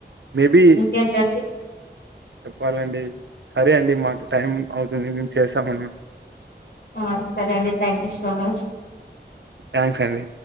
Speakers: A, on the right (about 80°); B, on the left (about 65°).
A: మే బి
B: ఇంకేంటండి
A: చెప్పాలండి సరే అండి మాకు టైం అవుతుంది మేము చేస్సామండి
B: ఆ సరే అండి థ్యాంక్యూ సో మచ్
A: థ్యాంక్స్ అండి